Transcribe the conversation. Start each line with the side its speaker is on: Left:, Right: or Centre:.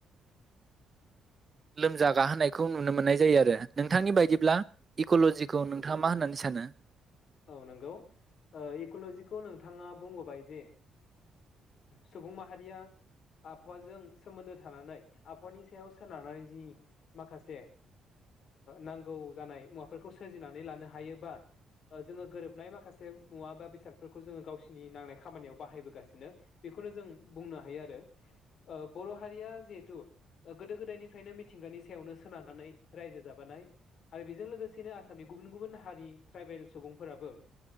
Right: लोमजा गाहोनायखौ नुनो मोननाय जायो आरो। नोंथांनि बायदिब्ला इकलजिखौ नोंथाङा मा होननानै सानो?
Left: औ नंगौ ओ इक'ल'जिखौ नोंथाङा बुंबोबाय जे सुबुं माहारिया आबहावाजों सोमोन्दो थानानै आबहावानि सायाव सोनारनानै जि माखासे नांगौ जानाय मुवाफोरखौ सोरजिनानै लानो हायोबा जोङो गोरोबनाय माखासे मुवा बा बेसादफोरखौ जोङो गावसिनि नांनाय खामानियाव बाहायबोगासिनो बेखौनो जों बुंनो हायो आरो बर' हारिया जिहेथु गोदो गोदायनिफ्रायनो मिथिंगानि सायावनो सोनारनानै रायजो जाबोनाय आरो बेजों लोगोसेनो आसामनि गुबुन गुबुन हारि ट्राइबेल सुबुंफोराबो